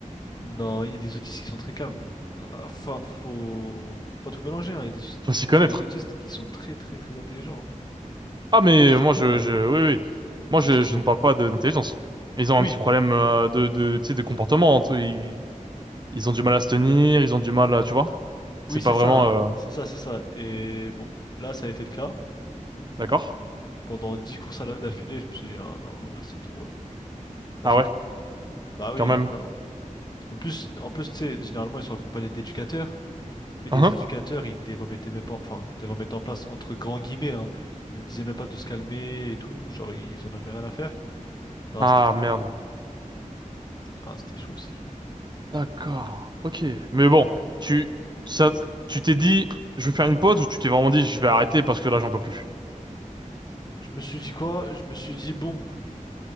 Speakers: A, on the left; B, on the right.
A: Non, il y a des autistes qui sont très calmes. Ah, Faut, faut, faut pas tout mélanger, hein. Il y a des, aus-
B: Faut s'y
A: des-
B: connaître.
A: des autistes qui sont très très très intelligents. hein.
B: Ah mais
A: Plus intelligents
B: moi
A: que
B: je
A: nous, carrément.
B: je oui oui moi
A: C'est
B: je
A: juste qu'ils
B: je
A: ont.
B: ne parle pas de- d'intelligence. Ils ont
A: Oui,
B: un petit problème euh, de de tu sais de comportement. tu Ils ont du mal à se tenir, ils ont du mal à, tu vois?
A: oui,
B: C'est pas
A: c'est
B: vraiment,
A: ça,
B: euh,
A: c'est ça, c'est ça. Et bon, là, ça a été le cas.
B: d'accord?
A: Pendant 10 courses à la- d'affilée, je me suis dit, ah non, là, c'est trop, là. Là,
B: Ah
A: c'est
B: ouais,
A: trop. Bah oui,
B: quand même.
A: non. En plus, en plus, tu sais, généralement, ils sont accompagnés d'éducateurs. Et les
B: Hein
A: éducateurs, ils les remettaient même pas, enfin, ils les remettaient en place entre grands guillemets, hein. Ils disaient même pas de se calmer et tout, genre ils en avaient rien à faire. Non,
B: Ah
A: c'était très,
B: merde.
A: ah, c'était chaud, c'était chaud.
B: D'accord. Ok. Mais bon, tu, ça, tu t'es dit, je vais faire une pause ou tu t'es vraiment dit, je vais arrêter parce que là, j'en peux plus.
A: Je me suis dit quoi? Je me suis dit bon,